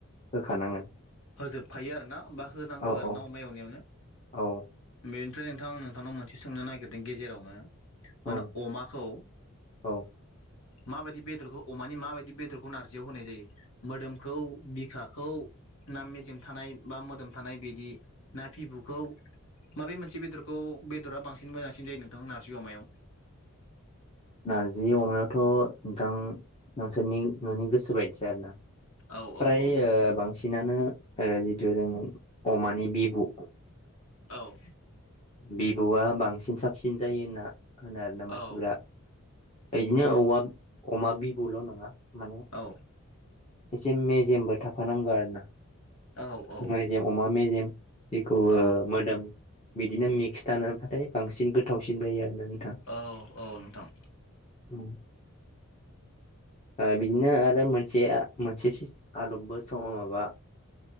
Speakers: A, on the left; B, on the left.
A: होखानांगोन
B: होजोबखायो आरो ना बा होनांगौ
A: औ
B: आरो
A: औ
B: ना अमा एवनायावनो
A: औ
B: बेनिफ्राय नोंथां आं नोंथांनाव मोनसे सोंनो नागिरदों गेजेरावनो मा
A: औ
B: होनो अमाखौ
A: औ
B: माबायदि बेदरखौ अमानि माबायदि बेदरखौ नारजियाव होनाय जायो मोदोमखौ बिखाखौ ना मेजेम थानाय बा मोदोम थानाय बिदि ना फिबुखौ माबे मोनसे बेदरखौ बेदरा बांसिन मोजांसिन जायो नोंथां नारजि अमायाव
A: नारजि अमायावथ' नोंथां नोंसोरनि नोंनि गोसो बायदिसै आरो ना
B: औ
A: फ्राय
B: औ औ
A: बांसिनानो जितु जों अमानि बिबु
B: औ
A: बिबुआ बांसिन साबसिन जायो होनना होनो आरोना मानसिफोरा
B: औ
A: बिदिनो औमा अमा बिबुल' नङा माने
B: औ
A: एसे मेजेमबो थाफानांगौ आरो ना
B: औ
A: मेजेम अमा मेजेम जेखौ
B: औ
A: मोदोम बिदिनो मिक्स थानोबाथाय बांसिन गोथावसिन जायो आरोा नोंथां
B: औ औ नोंथां
A: ओ बिदिनो आरो मोनसेया मोनसे आदबबो सम माबा